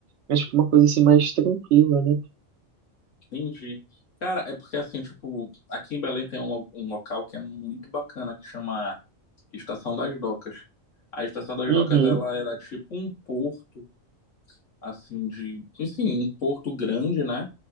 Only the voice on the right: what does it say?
acho que uma coisa assim mais tranquila, né?
Uhum.